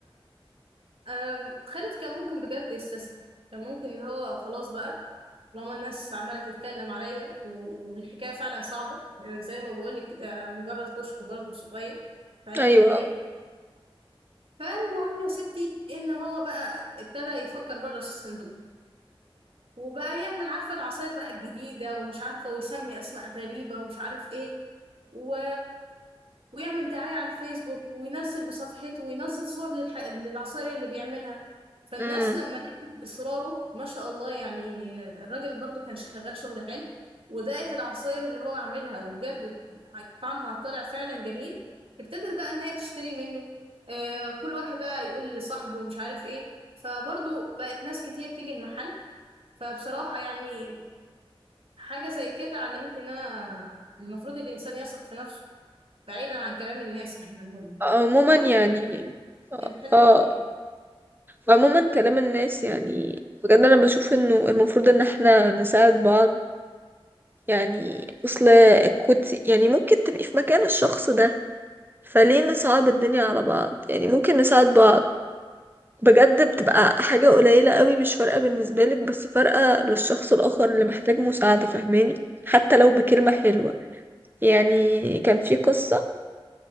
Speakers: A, on the right; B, on the right.
A: أم، خالد كان ممكن بجد يستسلم كان ممكن ان هو خلاص بقى طالما الناس عماله تتكلم عليا و- والحكايه فعلا صعبه يعني زي ما بقولك ده مجرد كشك برضه صغير فهيعمل
B: ايوه
A: بيه إيه؟ فالمهم يا ستي ان هو بقى ابتدى يفكر بره الصندوق وبقى يعمل عارفة العصاير بقى الجديدة ومش عارفة ويسمي أسماء غريبة ومش عارف إيه و... ويعمل دعاية على الفيسبوك وينزل بصفحته وينزل صور للح... للعصاير اللي بيعملها فالناس
B: امم
A: لما لقت إصراره ما شاء الله يعني الراجل برضو كان شغال شغل حلو ودقت العصاير اللي هو عاملها وبجد طعمها طلع فعلا جميل ابتدت بقى إن هي تشتري منه آه كل واحد بقى يقول لي صاحبه ومش عارف إيه فبرضو بقت ناس كتير تيجي المحل فبصراحة يعني حاجة زي كده علمتني إن أنا المفروض الإنسان يثق في نفسه بعيدا عن كلام الناس يعني عموما
B: عموما
A: مهما
B: يعني
A: كان الحلم
B: اه
A: كبير يعني
B: عموما كلام الناس يعني بجد انا بشوف انه المفروض ان احنا نساعد بعض يعني اصل كنت يعني ممكن تبقي في مكان الشخص ده فليه نصعب الدنيا على بعض يعني ممكن نساعد بعض بجد بتبقى حاجة قليلة قوي مش فارقة بالنسبة لك بس فارقة للشخص الآخر اللي محتاج مساعدة فاهماني حتى لو بكلمة حلوة يعني كان في قصة